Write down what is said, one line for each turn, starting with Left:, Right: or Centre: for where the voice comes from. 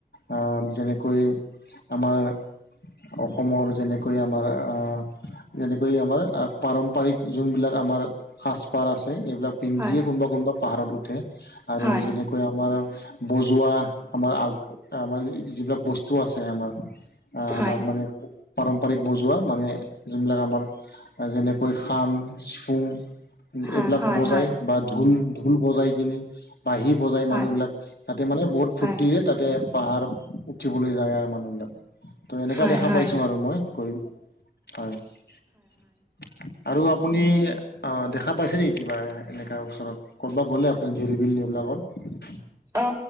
Left: আ' যেনেকৈ আমাৰ অসমৰ যেনেকৈ আমাৰ আ' যেনেকৈ আমাৰ আ' পাৰম্পৰিক যোনবিলাক আমাৰ সাজ পাৰ আছে এইবিলাক পিন্ধিয়ে
Right: হয়
Left: কোনোবা, কোনোবা পাহাৰত উঠে আৰু
Right: হয়
Left: যেনে কৈ' আমাৰ বজোৱা আমাৰ আগ আমাৰ যিবিলাক বস্তু আছে আমাৰ আ'
Right: হয়
Left: আমাৰ মান পাৰম্পাৰক বজোৱা মানে যোনবিলাক আমাৰ যেনেকৈ খাং, ফুং
Right: হয়
Left: এইবিলাক
Right: হয়
Left: বজাই
Right: হয়
Left: বা ঢোল ঢোল বজাই কিনে বাঢ়ি বজায়
Right: হয়
Left: মানুহবিলাক তাতে মানে বহুত ফূৰ্তিৰে
Right: হয়
Left: তাতে পাহাৰ উঠি দিবলৈ যায় আৰু মানুহ বিলাক, ত এনেকা
Right: হয়
Left: কৰে দেখা
Right: হয়
Left: পাইছো আৰু মই কৰি হয়। আৰু আপুনি অ দেখা পাইছে নেকি কিবা? এনেকুৱা ওচৰত ক'ৰবাত গ'লে আপুনি দিৰিবিল এইবিলাক'ত?
Right: অ' অ